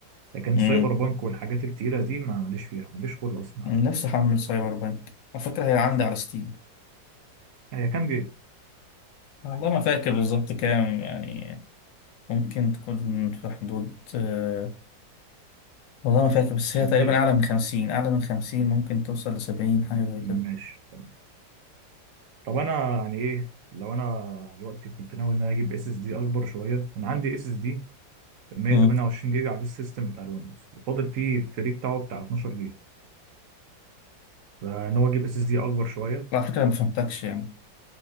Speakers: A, on the right (about 70°); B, on the left (about 75°).
A: لكن
B: امم
A: سايبر بانك والحاجات التقيله دي ما ماليش فيها ماليش خلق اصلا
B: نفسي
A: العبها
B: احمل سايبر بانك على فكره هي عندي على ستيم
A: هي كام جيجا
B: والله ما فاكر بالظبط كام يعني ممكن تكون في حدود آه، والله ما فاكر بس
A: كبيره
B: هي تقريبا أعلى من خمسين أعلى من خمسين ممكن توصل لسبعين حاجة زي كده
A: ماشي تمام. طب انا يعني ايه لو انا دلوقتي كنت ناوي ان انا اجيب اس اس دي اكبر شويه انا عندي اس اس دي 128
B: مم.
A: جيجا على السيستم بتاع الويندوز وفاضل فيه الفري بتاعه بتاع 12 جيجا فانا هو اجيب اس اس دي اكبر شويه
B: على فكرة أنا مفهمتكش يعني